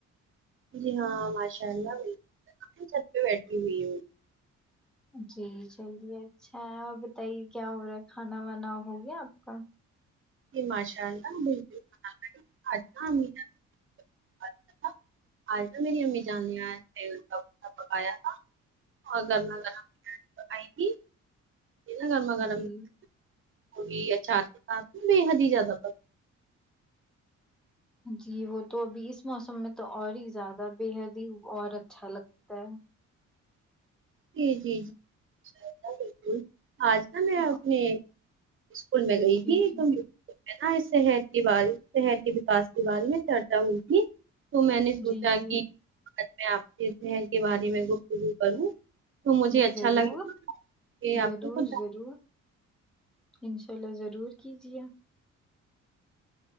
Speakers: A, on the right; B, in the centre.
A: جی ہاں ماشاء اللہ <unintelligible> چت پہ بیٹھی ہوئی ہوں
B: جی چلیے اچھا اور بتائیے کیا ہو رہا ہے کھانا وانا ہو گیا آپ کا
A: ماشاء اللہ بالکل <unintelligible> اچھا اے تھے میری امی جان نے <unintelligible> پکایا تھا اور گرما گرم <unintelligible> آئی تھی ا گرما گرم
B: جی
A: مولی اچار کے ساتھ بے حد ہی زیادہ
B: گھی ہو تو ابھی اس موسم میں تو اور ہی زیادہ بے حد ہی اور اچھا لگتا ہے
A: جی جی جی آ ج نا میں
B: ہاں،
A: اپنے اسکول میں گئی
B: جی
A: تھی
B: جی
A: تو م ن اس شہر کے بارے شہر کے وکاس کے بارے میں چرچا ہوئی تھی تو میں نے سوچا
B: جی جی
A: کہ آج میں آپ کے شہر کے بارے میں گفتگو کروں تو مجھے
B: جی
A: اچھا
B: ضرور
A: لگے کہ
B: ضرور
A: آپ کو کچھ
B: ضرور انشاء اللہ ضرور کیجیے